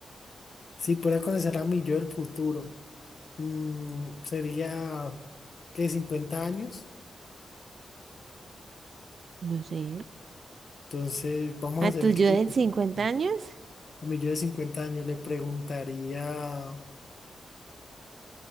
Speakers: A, on the left; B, on the right.
A: Si pudiera conocer a mi yo del futuro, mm, sería, ¿qué? cincuenta años?
B: No sé.
A: Entonces, vamos
B: ¿A
A: a hacer
B: tu
A: el
B: yo
A: caso
B: del
A: hipotético.
B: 50 años?
A: A mi yo de 50 años le preguntaría